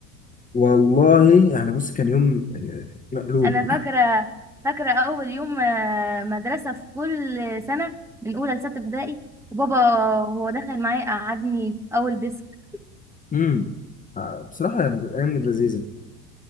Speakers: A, on the left; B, in the centre.
A: والله يعني بص كان يوم آه، مقلوب
B: انا فاكره فاكره اول يوم آه، مدرسه في كل سنه من اولى لسته ابتدائي وبابا وهو داخل معايا قعدني في اول ديسك
A: امم آه، بصراحة يعني كانت ايام لذيذة